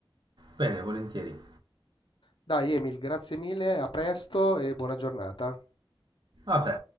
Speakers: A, on the right; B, on the left.
A: Bene, volentieri.
B: Dai Emil, grazie mille, a presto e buona giornata.
A: A te.